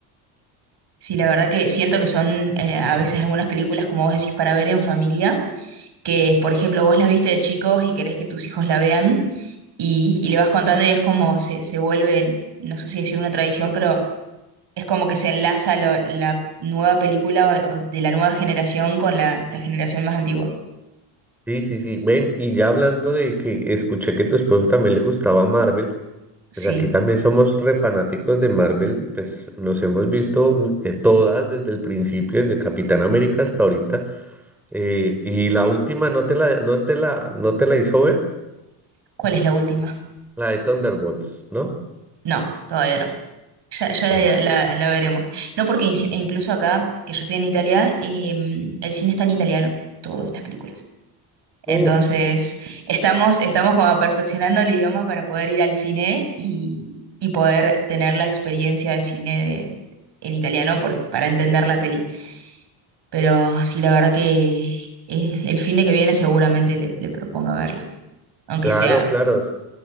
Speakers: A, on the right; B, in the centre.
A: Sí, la verdad que siento que son eh, a veces algunas películas, como vos decís, para ver en familia, que por ejemplo vos las viste de chicos y querés que tus hijos la vean y, y le vas contando y es como se, se vuelve, no sé si decir una tradición, pero es como que se enlaza lo- la nueva película o- o de la nueva generación con la, la generación más antigua.
B: Sí, sí, sí. Ven, y ya hablando de que escuché que tu esposo también le gustaba Marvel,
A: Sí.
B: pues aquí también somos re fanáticos de Marvel, pues nos hemos visto mu- eh, todas desde el principio, desde Capitán América hasta ahorita. Eh, y la última no te la, no te la, no te la hizo ver,
A: ¿Cuál es la última?
B: la de Thunderbolts, ¿no?
A: No, todavía no. Ya, ya
B: Bueno.
A: la, la- la veremos. No porque inci- incluso acá, que yo estoy en Italia, em, el cine está en italiano, todas las películas. Entonces,
B: Uy,
A: estamos, estamos como perfeccionando el idioma para poder ir al cine y, y poder tener la experiencia de cine de- en italiano por- para entender la peli. Pero sí, la verdad que eh, el fin de que viene seguramente le, le proponga verla, aunque
B: claro,
A: sea,
B: claro.